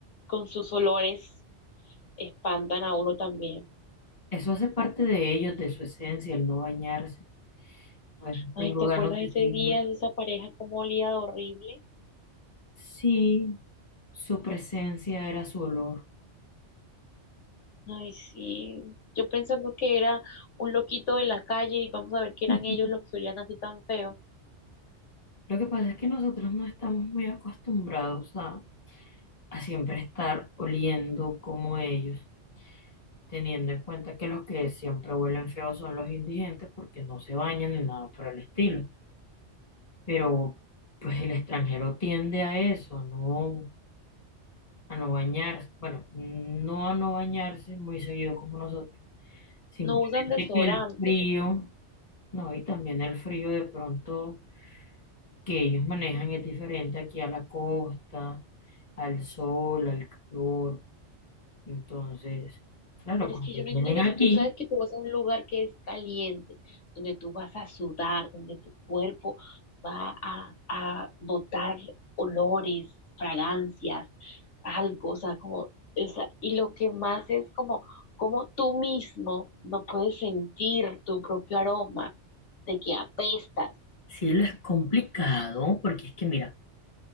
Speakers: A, on the left (about 85°); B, on the left (about 30°).
A: con sus olores espantan a uno también.
B: Eso hace parte de ellos, de su esencia, el no bañarse. A veces
A: Ay,
B: tengo
A: ¿te
B: ganas
A: acuerdas
B: de
A: ese
B: seguir.
A: día de esa pareja como olía de horrible?
B: Sí, su presencia era su olor.
A: Ay, sí, yo pensando que era un loquito de la calle y vamos a ver que eran
B: <laughs>
A: ellos los que olían así tan feo.
B: Lo que pasa es que nosotros no estamos muy acostumbrados a, a siempre estar oliendo como ellos. teniendo en cuenta que los que siempre huelen feos son los indigentes porque no se bañan ni nada por el estilo. Pero pues el extranjero tiende a eso, no a no bañarse, bueno, no a no bañarse muy seguido como nosotros, simplemente
A: No usan desodorante.
B: que el frío, no, y también el frío de pronto que ellos manejan es diferente aquí a la costa, al sol, al calor. Entonces, claro,
A: Pero
B: cuando
A: es que yo no
B: vienen
A: entiendo, si
B: aquí,
A: tú sabes que tú vas a un lugar que es caliente, donde tú vas a sudar, donde tu cuerpo va a, a botar olores, fragancias, algo, o sea, como, o sea, y lo que más es como, como tú mismo no puedes sentir tu propio aroma de que apestas.
B: Cielo es complicado porque es que mira,